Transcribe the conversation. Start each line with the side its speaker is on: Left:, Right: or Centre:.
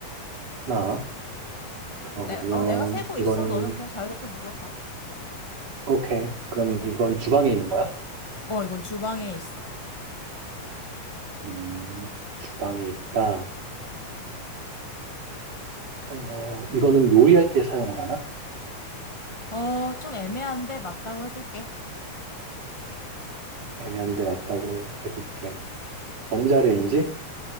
Right: 하나. 그러면
Left: 내, 어, 내가 세고
Right: 이거는,
Left: 있어. 너는 그냥 자유롭게 물어봐.
Right: 오케이. 그럼 이건 주방에 있는 거야?
Left: 어, 이건 주방에 있어.
Right: 음, 주방에 있다. 어, 이거는 요리할 때 사용을 하나?
Left: 어, 좀 애매한데 맞다고 해둘게.
Right: 애매한데 맞다고 해둘게. 전자레인지?